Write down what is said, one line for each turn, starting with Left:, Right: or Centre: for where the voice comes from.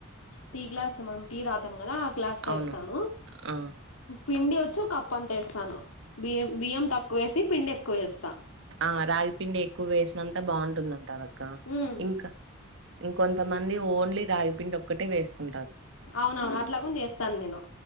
Left: టీ గ్లాస్ మమ్ టీ తాగుతాం కదా ఆ గ్లాస్ వేస్తాను
Right: అవును ఆ
Left: పిండి వచ్చి ఒకప్ప అంత ఎస్తాను బియం బియ్యం తక్కువేసి పిండి ఎక్కువ వేస్తా
Right: ఆ రాగిపిండి ఎక్కువ వేసినంతా బాగుంటుందంటారు అక్క
Left: ఉమ్
Right: ఇంకా ఇంకొంతమంది ఓన్లీ రాగిపిండి ఒక్కటే వేసుకుంట్
Left: అవునవును అట్లాగం చేస్తాను నేను